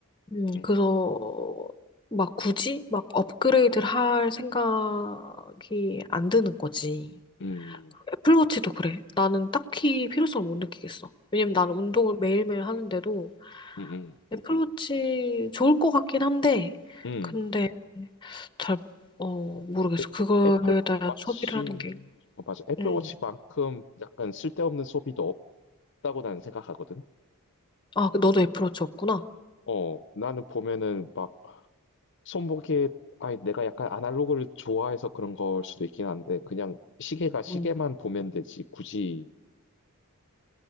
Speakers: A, on the left (about 20°); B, on the left (about 55°).
A: 음,
B: 음,
A: 그래서 막 굳이 막 업그레이드를 할 생각이 안 드는 거지.
B: 음,
A: 애플워치도 그래. 나는 딱히 필요성을 못 느끼겠어. 왜냐면
B: 어,
A: 나는 운동을 매일매일 하는데도
B: 음, 음,
A: 애플워치 좋을 것 같긴 한데
B: 음.
A: 근데 잘, 어, 모르겠어.
B: 애-
A: 그거에
B: 애플
A: 대한
B: 워치,
A: 소비를 하는 게,
B: 어, 맞아. 애플
A: 음.
B: 워치만큼 약간 쓸데없는 소비도 없다고 나는 생각하거든.
A: 아, 그 너도 애플워치 없구나.
B: 어, 나는 보면은 막 손목에, 아니, 내가 약간 아날로그를 좋아해서 그런 걸 수도 있긴 한데, 그냥 시계가 시계만
A: 음.
B: 보면 되지. 굳이,